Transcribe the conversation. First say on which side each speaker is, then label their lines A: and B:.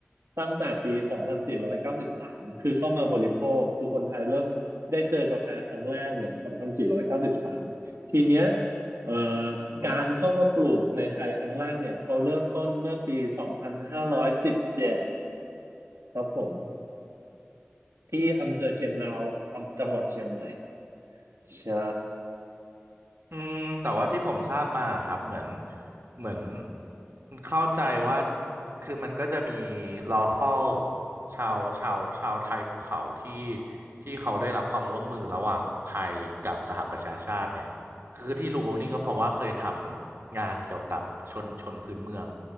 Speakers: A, on the right; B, on the right.
A: ตั้งแต่ปี 2493 คือเข้ามาบริโภคคือคนไทยเริ่มได้เจอกาแฟครั้งแรกเนี่ย2493 ทีเนี้ยเอ่อการเข้ามาปลูกในไทยครั้งแรกเนี่ยเขาเริ่มต้นเมื่อปี 2517 ครับผมที่อำเภอเชียงดาวอำจังหวัดเชียงใหม่ใช่
B: อืมแต่ว่าที่ผมทราบมาครับเหมือนเหมือนเข้าใจว่าคือมันก็จะมี local ชาวชาวชาวไทยภูเขาที่ที่เขาได้รับความร่วมมือระหว่างไทยกับสหประชาชาติเนี่ยคือที่รู้นี่ก็เพราะว่าเคยทำงานเกี่ยวกับชนชนพื้นเมือง